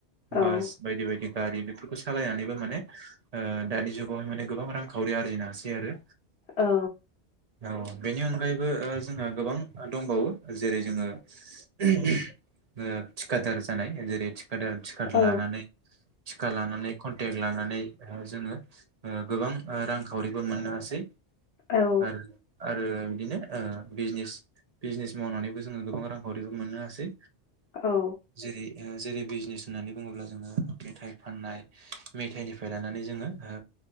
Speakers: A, on the right; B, on the left.
A: बास
B: औ
A: बायदि बायदि। गारि बेफोरखौ सालायनानैबो माने ओ दानि जुगावहाय माने गोबां रांखावरि आरजिनो हासै आरो।
B: औ।
A: औ बेनि अनगायैबो ओ जोंहा गोबां दंबावो जेरै जोङो। ओ थिखादार जानाय जेरै थिखादार थिक
B: औ
A: लानानै। टिका लानानै कन्टेक्ट लानानै ओ जोङो ओ गोबां रांखावरिबो मोननो हासै।
B: औ।
A: आरो आरो बिदिनो ओ बिजनेस बिजनेस मावनानैबो जोङो गोबां रांखावरिबो मोननो हासै।
B: औ।
A: जेरै जेरै बिजनेस होननानै बुङोब्ला जोङो मेथाइ फाननाय मेथाइनिफ्राय लानानै जोङो ओ